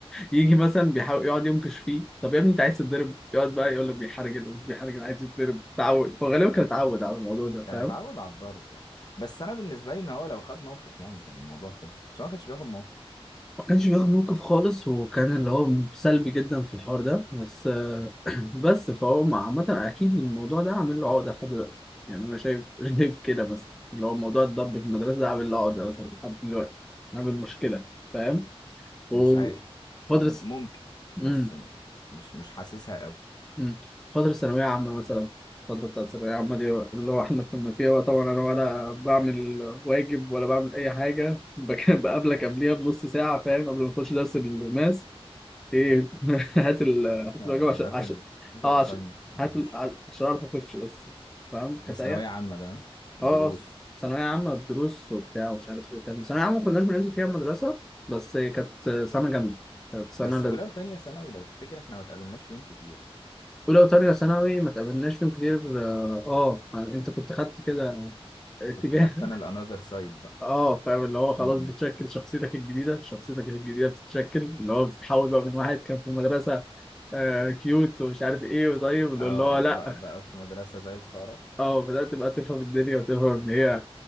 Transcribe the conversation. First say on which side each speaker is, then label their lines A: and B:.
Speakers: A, in the centre; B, on the left.
A: يجي مثلا بيحاول يقعد ينكش فيه طب يا ابني انت عايز تتضرب يقعد بقى يقول لك بيحرجل مش بيحرجل عايز يتضرب تعود هو غالبا كان اتعود على الموضوع ده
B: كان
A: فاهم
B: اتعود على الضرب آه. بس انا بالنسبة لي ان هو لو خد موقف يعني كان الموضوع خلص بس هو ما كانش بياخد موقف
A: ما كانش بياخد موقف خالص وكان اللي هو سلبي جدا في الحوار ده بس آه، <clears throat> بس فهو مع- عامة اكيد الموضوع ده عامل له عقدة لحد دلوقتي يعني انا شايف <laughs> شايف كده مثلا اللي هو موضوع الضرب في المدرسة ده عامل له عقدة مثلا لحد دلوقتي عامل مشكلة فاهم وفترة
B: مش عارف يعني ممكن
A: امم
B: بس م- مش مش حاسسها قوي
A: مم. فترة ثانوية عامة مثلا الفترة بتاعت الثانوية عامة دي اللي هو احنا كنا فيها بقى طبعا أنا ولا بعمل واجب ولا بعمل أي حاجة بك- <laughs> بقابلك قبليها بنص ساعة فاهم قبل ما نخش درس الماس إيه <laughs> هات ال- هات
B: آه،
A: الواجب عشان
B: هات
A: عشان
B: ال هات
A: أه
B: الأساينمنت
A: عشان
B: نخش
A: هات ال- ع- عشان أعرف أخش بس فاهم كانت
B: ده ثانوية
A: أيام
B: عامة ده ها؟ دروس
A: أه آه، ثانوية عامة الدروس وبتاع ومش عارف إيه وبتاع ثانوية عامة ما كناش بننزل فيها المدرسة بس كانت سنة جامدة كانت سنة
B: بس أولى وتانية ثانوي لو تفتكر احنا ما اتقابلناش فيهم كتير
A: اولى وتانية ثانوي ما تقابلناش فيهم كتير اه آه، يعني انت كنت خدت كده اتجاه
B: كنت خدت أنا الأنذر
A: <laughs>
B: سايد بقى
A: اه فاهم اللي هو
B: م-
A: خلاص بتشكل
B: م.
A: شخصيتك الجديدة شخصيتك الجديدة بتتشكل اللي هو بتتحول بقى من واحد كان في المدرسة آه كيوت ومش عارف ايه وطيب اللي
B: اه
A: اللي هو لا
B: آه، بقى بقى في مدرسة زي الخارة
A: اه بدأت بقى تفهم الدنيا وتفهم ان هي